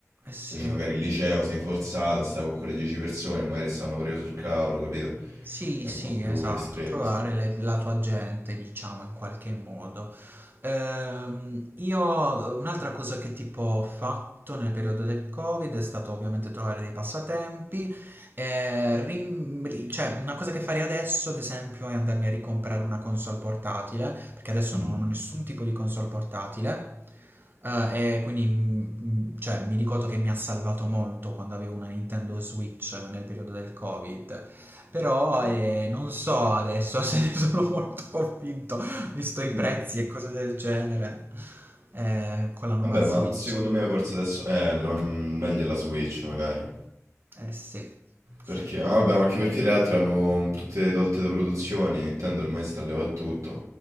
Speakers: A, on the right; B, on the right.
A: Eh sì.
B: Invece magari il liceo sei forzato a stare con quelle 10 persone, magari stanno pure sul cavolo, capito?
A: Sì,
B: È un
A: sì,
B: po' più
A: esatto,
B: ristretto.
A: trovare le- la tua gente, diciamo, in qualche modo. Ehm, io un'altra cosa che tipo ho fatto nel periodo del Covid è stato ovviamente trovare dei passatempi. eh, rim- ri- cioè, una cosa che farei adesso, ad esempio, è andarmi a ricomprare una console portatile, perché adesso
B: Mm.
A: non ho nessun tipo di console portatile. Eh, e quindi mm, mm, cioè, mi ricordo che mi ha salvato molto quando avevo una Nintendo Switch nel periodo del Covid. Però eh, non so adesso <laughs> se ne sono molto convinto, visto i
B: Mm.
A: prezzi e cose del genere, eh, con la nuova
B: Vabbè,
A: Switch.
B: ma secondo me forse adesso eh, la- mm, meglio è la Switch, magari.
A: Eh sì, sì.
B: Perché? ah, Vabbè,
A: sì.
B: ma anche perché le altre hanno mm, tutte tolte da produzioni, Nintendo ormai sta levando tutto.